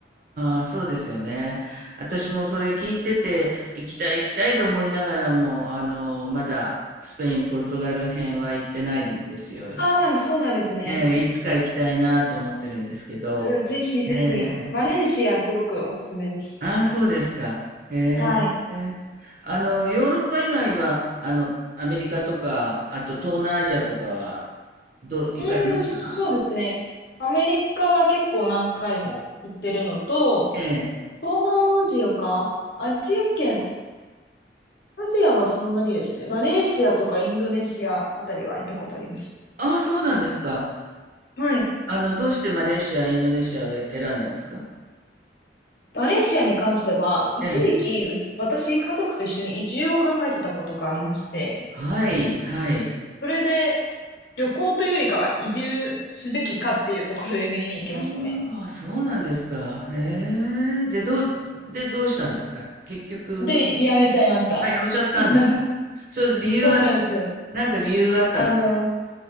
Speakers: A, on the right; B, on the left.
A: あ、そうですよねええええああそうですよね私もそれ聞いてて、行きたい行きたいと思いながらも、あの、まだスペイン、ポルトガル編は行ってないんですよ。
B: ああ、そうなんですね。
A: ええ、いつか行きたいなと思ってるんですけど。
B: うぜひぜひ、
A: ええ。
B: バレンシアすごくおすすめです。
A: ああ、そうですか。へ
B: はい。
A: え。あの、ヨーロッパ以外は、あの、アメリカとか、あと東南アジアとかは、どう、行かれました
B: うーん、そうですね。アメリカは結構何回も行ってるのと、
A: ええ。
B: 東南アジアか。アジア圏。アジアはそんなにですね。マレーシアとかインドネシアあたりは行ったことあります。
A: ああ、そうなんですか。
B: はい。
A: あの、どうしてマレーシア、インドネシアを選んだんですか
B: マレーシアに関しては、一時期、
A: ええ。
B: う私、家族と一緒に移住を考えてたことがありまして、
A: はい、はい。
B: それで、旅行というよりかは移住すべきかっていうところで見に行きましたね。
A: ああ、そうなんですか。へえ。で、どう、で、どうしたんですか結局、
B: で、やめちゃいました。
A: あ、やめちゃったんですか
B: <laughs>
A: それ理由は、
B: そうなんですよ。
A: なんか理由があったんです。
B: あの、